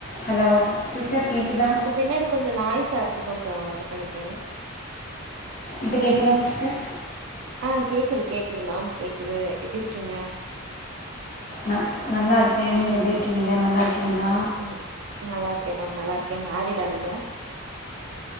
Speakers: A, on the left; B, on the right.
A: Hello sister கேக்குதா
B: ஒங்க பின்னாடி கொஞ்ச நாய்ஸாருக்கு கொஞ்சொ இது பண்ணிக்கங்
A: இப்ப கேக்குதா சிஸ்டர்
B: அ கேக்குது கேக்குது மேம் கேக்குது எப்டி இருக்கீங்க
A: ந நல்லாருக்கே நீங்க எப்டிருக்கீங்க நல்லாருக்கீங்களா
B: ம் நல்லாருக்கே மேம் நல்லாருக்கே மேரீடா நீங்க